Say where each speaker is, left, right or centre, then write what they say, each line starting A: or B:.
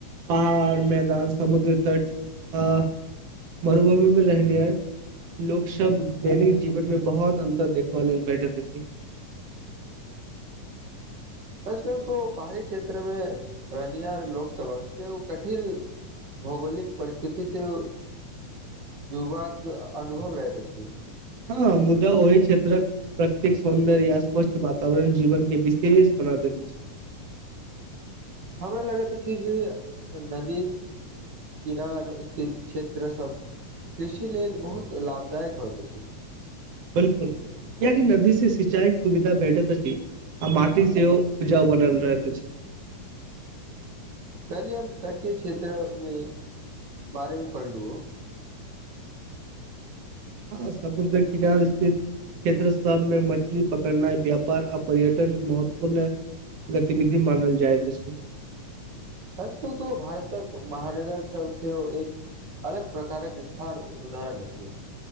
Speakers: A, on the right; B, on the right.
A: पहाड़ मैदान समुद्र तट आ मरुभूमि मे रहनिय लोक सब दैनिक जीवन मे बहुत अन्तर देखबा लेल बैठैत अछि <inaudible>
B: सच कहु तो पहाड़ी क्षेत्रमे रहनिहार लोक सभक कियो कठिन भौगोलिक परिस्थितिसँ जीवाक अनुभव अछि
A: हेलो मुदा ओहि क्षेत्रक प्रकृतिक सौन्दर्य या स्वच्छ वातावरण जीवन के विशेष बना दैत अछि
B: हमरा लागैत अछि जे नदी किनार स्थित क्षेत्र सब कृषि लेल बहुत लाभदायक होइत अछि
A: बिलकुल कियाकि नदी से सिंचाई सुविधा भेटत अछि आ माटी सेहो उपजाउ बनल रहैत अछि
B: हम तट के क्षेत्र मे बारेमे पढ़लु
A: हँ सममुन्द्र किनार स्थित क्षेत्र सबमे मछली पकड़नाइ व्यापार आ पर्यटन महत्वपूर्ण गतिविधि मानल जाइत अछि
B: सच कहुं त भारतक महानगर सबसँ एक अलग प्रकारक स्थान उदरण अछि